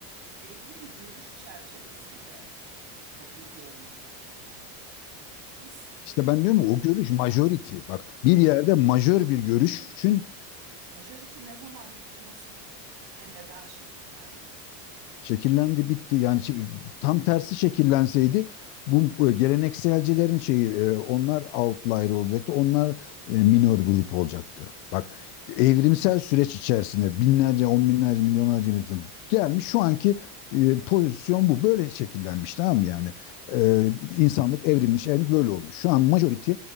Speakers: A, on the right; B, on the left.
A: belli bir görüş çerçevesinde kabul görmüş fikirler. Biz
B: İşte ben diyorum ya, o görüş
A: mesela
B: majority. Bak bir yerde
A: majority,
B: majör
A: ama
B: bir görüşün
A: o majority, majority ne zaman ve nasıl ve neden şekillendi?
B: Şekillendi bitti. Yani şey- tam tersi şekillenseydi bu e, gelenekselcilerin şeyi e, onlar outlier olacaktı. Onlar e, minor grup olacaktı. Bak evrimsel süreç içerisinde binlerce, on binlerce, milyonlarca insan içinde gelmiş şu anki e, pozisyon bu. Böyle şekillenmiş tamam mı yani? E, insanlık evrilmiş, evrilmiş böyle olmuş. Şu an majority